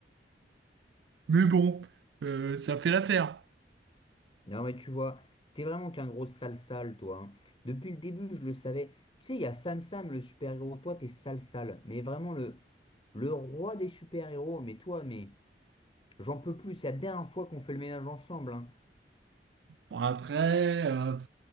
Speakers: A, on the right; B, on the left.
A: <laughs> mais bon, euh, ça fait l'affaire.
B: Non, mais tu vois, t'es vraiment qu'un gros sale sale, toi. hein. Depuis le début, je le savais. Tu sais, il y a Sam Sam, le super-héros. Toi, t'es sale sale. Mais vraiment, le, le roi des super-héros. Mais toi, mais j'en peux plus. C'est la dernière fois qu'on fait le ménage ensemble. hein.
A: Bon, après, euh,